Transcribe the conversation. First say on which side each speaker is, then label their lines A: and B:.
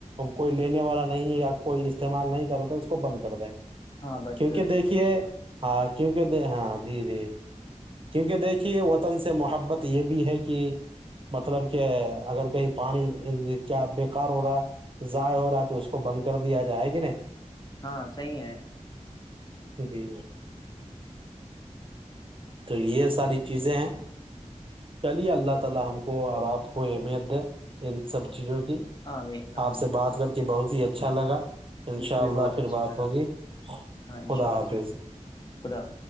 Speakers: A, on the right; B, on the left.
A: کوئی لینے والا نہیں یا کوئی استعمال نہیں کر رہا تو اس کو بند کر دیں
B: ہاں بند
A: کیونکہ
B: کر دی
A: دیکھیے
B: اچھا ہے،
A: ہاں کیونکہ د ہاں جیڑی کیونکہ دیکھیے وطن سے محبت یہ بھی ہے کہ مطلب کہ اگر کہیں پانی کیا بیکار ہو رہا ہے ضائع ہو رہا ہے تو اس کو بند کر دیا جائے گی نہیں
B: ہاں صحیح ہے
A: جی تو یہ ساری چیزیں ہیں پہلے اللہ تعالی ہم کو اور اپ کو اہمیت دے ان سب چیزوں ج
B: آمین آمین
A: آپ سے بات کر کے بہت ا ہی اچھا لگا ان
B: مجھ
A: شاء
B: کو بھی
A: اللہ
B: بہت اچھا
A: پھر بات
B: لگا
A: ہوگی
B: ہاں انشاء
A: خدا
B: اللہ
A: حافظ
B: ضرور ہو خدا